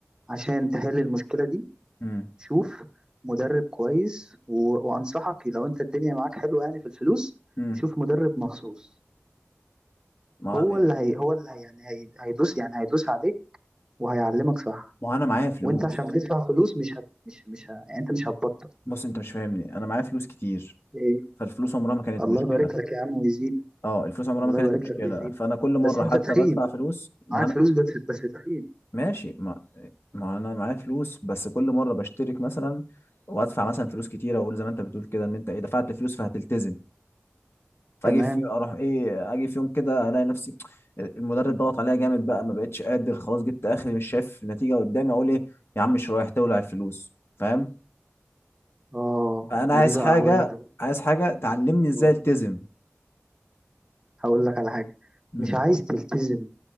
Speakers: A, on the right; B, on the left.
A: عشان تحل المشكله دي
B: امم
A: شوف مدرب كويس و... وانصحك لو انت الدنيا معاك حلوه يعني في الفلوس
B: امم
A: شوف مدرب مخصوص
B: ما
A: هو اللي هي هو اللي هي يعني هي... هيدوس يعني هيدوس عليك وهيعلمك صح
B: ما انا معايا فلوس
A: وانت عشان بتدفع فلوس مش هت... مش مش ه... يعني انت مش هتبطل
B: بص انت مش فاهمني انا معايا فلوس كتير
A: ايه
B: فالفلوس عمرها ما كانت
A: الله
B: مشكله
A: يبارك لك يا عم ويزيد
B: اه الفلوس عمرها
A: الله
B: ما كانت
A: يبارك
B: مشكله
A: لك ويزيد
B: فانا كل مره
A: بس انت
B: حتى
A: تخين
B: بدفع فلوس ما
A: معاك
B: انا
A: فلوس بس بس تخين
B: ماشي ما ما انا معايا فلوس بس كل مره بشترك مثلا وادفع مثلا فلوس كتيره واقول زي ما انت بتقول كده ان انت ايه دفعت فلوس فهتلتزم فاجي
A: تمام
B: في اروح ايه اجي في يوم كده الاقي نفسي المدرب ضغط عليا جامد بقى ما بقتش قادر خلاص جبت اخري مش شايف نتيجه قدامي اقول ايه يا عم مش رايح تولع الفلوس فاهم
A: اه
B: فانا
A: ما
B: عايز
A: دي بقى
B: حاجه
A: هقول لك على-
B: عايز حاجه تعلمني
A: اه
B: ازاي التزم
A: هقول لك على حاجه
B: امم
A: مش عايز تلتزم